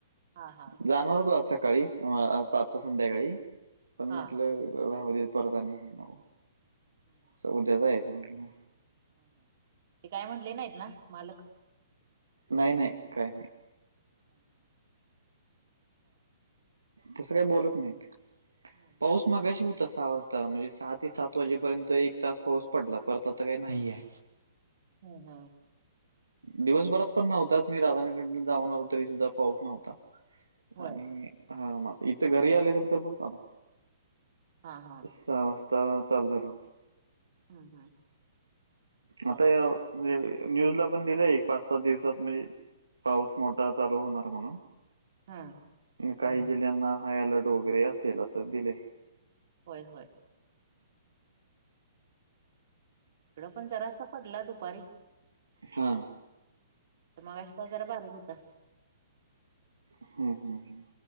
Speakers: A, on the right; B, on the right.
A: हा हा
B: जाणार होतो आ सकाळी. सातो संध्याकाळी पण
A: हा
B: म्हटलं रा परत आणि हे नो.
A: हम्म
B: स उद्या जायचं म्हला.
A: ह ह ते काय म्हटले नाहीत ना? मालक.
B: नाही नाही काही नाही.
A: हम्म हम् ब.
B: तसं काही बोलत नाही
A: हम्म हम्म
B: पाऊस‌. मगाशी होता सहा वाजता म्हणजे सहा ते सात वाजेपर्यंत एक तास पाऊस पडला परत आता काही नाहीय. ‌‌
A: हम्म हम्.
B: दिवसभरात पण नव्हताच मी राधानीकडन जाऊनो तरी सुद्धा पाऊस नव्हता.
A: होय
B: आणि हा मस् इथं घरी आलेनंत ब.
A: हा हा.
B: सहा वाजता चालू झाला होता
A: हम्म हम्म बर
B: आता. <unintelligible> न्यूज ला पण दिलाय एक पाच सात दिवसात म्हणजे पाऊस मोठा चालू होणार म्हणून.
A: हम्म
B: काही
A: हम्म हम्म
B: जिल्ह्यांना हाय अलर्ट वगैरे असेल असं दिले.
A: होय होय. इकड पण जरासा पडला दुपारी.
B: हा.
A: तर मगाशी पाऊस का जरा भारीक होता
B: हा हम ह.